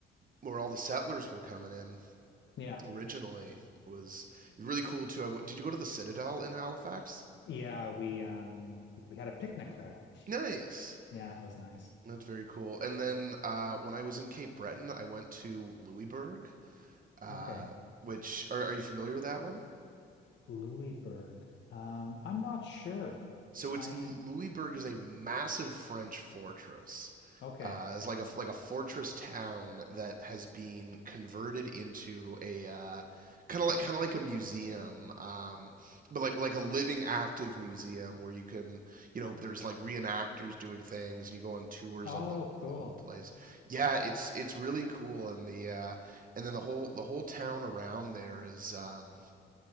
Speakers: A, on the right; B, on the left.
A: where all the settlers were coming in
B: Yeah.
A: originally. Was it was really cool too. I w- did you go to the Citadel in Halifax?
B: Yeah, we um we had a picnic there.
A: Nice.
B: Yeah, it was nice.
A: That's very cool. And then uh, when I was in Cape Breton, I went to Louisbourg, uh,
B: Okay.
A: which are, are you familiar with that one?
B: Louisburg. Um, I'm not sure.
A: So it's
B: I
A: Louisbourg is a massive French fortress.
B: okay.
A: Uh, it's like a like a fortress town that has been converted into a uh, kind of like kind of like a museum, um, but like like a living active museum where you can you know there's like reenactors doing things and you go on tours
B: Oh,
A: of the
B: cool.
A: the whole place. Yeah, it's it's really cool and the uh, and then the whole the whole town around there is. Um,